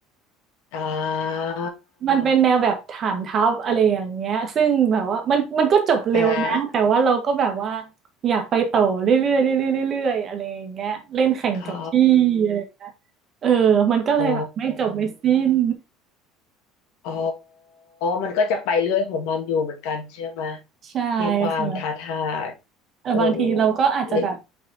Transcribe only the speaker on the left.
อ่า
อ่า
อ๋อ
อ๋อ อ๋อ มันก็จะไปเรื่อยของมันอยู่เหมือนกันใช่ไหม
มีความท้าทาย
เออหรือ